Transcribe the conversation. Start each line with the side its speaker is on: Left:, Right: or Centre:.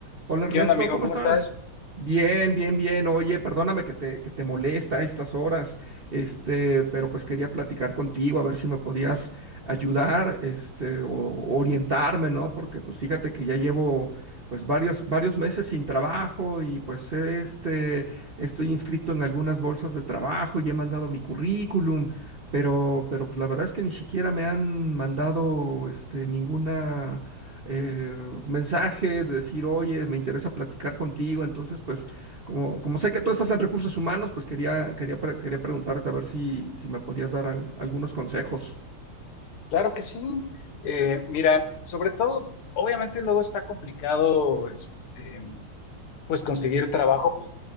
Right: Hola Ernesto,
Left: ¿Qué onda, amigo?
Right: ¿cómo
Left: ¿Cómo
Right: estás?
Left: estás?
Right: Bien, bien, bien. Oye, perdóname que te, que te molesta a estas horas, este, pero pues quería platicar contigo a ver si me podías ayudar, este, o o orientarme, ¿no? Porque pues fíjate que ya llevo pues varios, varios meses sin trabajo y pues este, estoy inscrito en algunas bolsas de trabajo y he mandado mi currículum, pero, pero pues, la verdad es que ni siquiera me han mandado, este, ninguna eh, mensaje de decir, oye, me interesa platicar contigo. Entonces, pues, como, como sé que tú estás en recursos humanos, pues quería, quería, pre- quería preguntarte a ver si, si me podías dar al- algunos consejos.
Left: Claro que sí. Eh, mira, sobre todo, obviamente luego está complicado, este, pues conseguir trabajo pues,